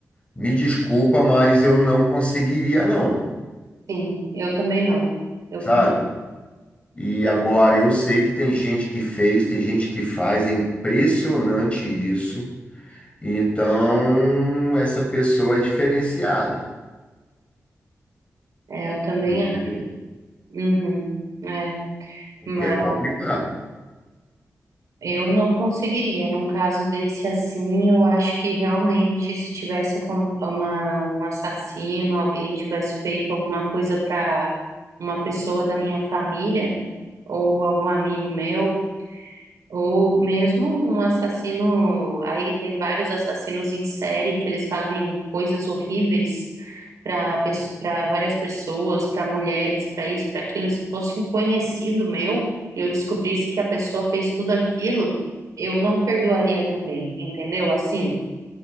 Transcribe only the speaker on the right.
Sim, eu também não. Eu,
tam...
é, eu também
acho. Uhum. É,
mas
eu não conseguiria. Num caso desse assim, eu acho que realmente se tivesse acon- uma, um assassino, alguém tivesse feito alguma coisa para uma pessoa da minha família ou algum amigo meu. Ou mesmo um assassino, aí tem vários assassinos em série que eles fazem coisas horríveis para para várias pessoas, para mulheres, para isso, para aquilo. Se fosse um conhecido meu e eu descobrisse que a pessoa fez tudo aquilo, eu não perdoaria também, entendeu? Assim,